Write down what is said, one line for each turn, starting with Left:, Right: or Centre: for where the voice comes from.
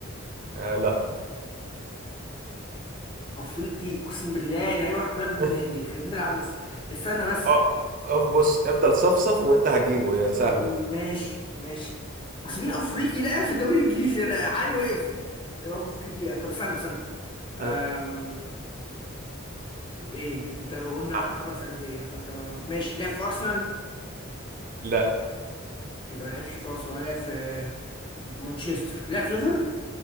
Right: آه لا
Left: افريقي اقسم بالله اللعيبه راح كلها من
Right: <laughs>
Left: دماغي خربت بيت العب بس استنى بس
Right: اه أف- بص افضل صفصف وأنت هتجيبه هي سهلة
Left: ماشي ماشي اصل مين افريقي لعب في الدوري الانجليزي انا عالي وقف يا رب فوق الدقيقه طب استنى استنى أم...
Right: ها
Left: طب ايه انت لو قلنا
Right: آه.
Left: خمس انديه فانت ماشي لعب في ارسنال
Right: لا
Left: يبقى ما لعبش في ارسنال لعب في مانشستر لعب في ليفر